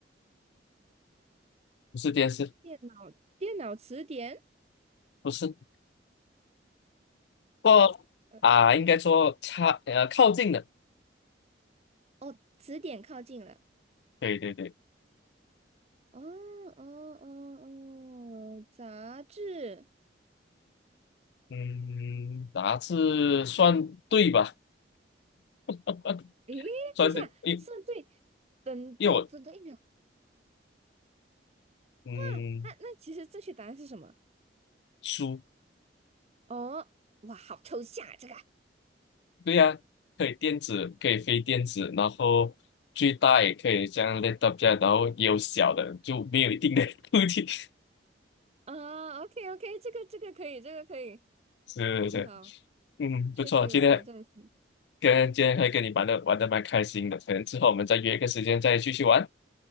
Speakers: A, on the left; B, on the right.
A: 不是电视，
B: 电脑电脑词典，
A: 不是，不过啊，
B: 呃，
A: 应该说差呃靠近的。
B: 哦，词典靠近了。
A: 对对对，
B: 哦哦哦哦，杂志。
A: 嗯，杂志算对吧？呃
B: 诶，
A: 算对，
B: 等一下，
A: 因
B: 是对，等多等多一秒。
A: 因为我嗯
B: 哇，那那其实正确答案是什么？
A: 书
B: 哦，哇，好抽象啊，这个。
A: 对呀、可以电子，可以非电子，然后最大也可以像样 laptop 这样然后也有小的，就没有一定的 <laughs> 固是
B: 啊，OK OK，这个这个可以，这个可以，
A: 是是，
B: 很好，
A: 嗯，
B: 确实有挑战性，
A: 不错，今天跟今天可以跟你玩的玩的蛮开心的，可能之后我们再约一个时间再继续玩。